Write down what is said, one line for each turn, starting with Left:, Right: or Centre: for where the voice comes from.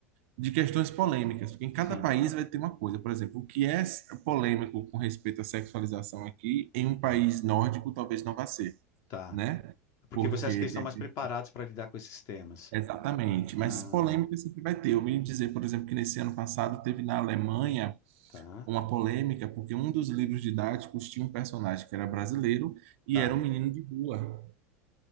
Right: de questões polêmicas, porque em
Left: Sim,
Right: cada país vai ter uma coisa. Por exemplo, o que é s- polêmico com respeito à sexualização aqui, em um país
Left: tá,
Right: nórdico talvez não vá ser,
Left: tá.
Right: né?
Left: Porque
Right: Porque
Left: você acha que eles
Right: tem
Left: estão mais
Right: aqui.
Left: preparados para lidar com esses temas?
Right: Exatamente,
Left: Ah,
Right: mas polêmica sempre vai ter. Eu vim dizer, por exemplo, que nesse ano passado teve na Alemanha
Left: tá,
Right: uma polêmica, porque um dos livros didáticos tinha um personagem que era brasileiro e
Left: tá.
Right: era um menino de rua.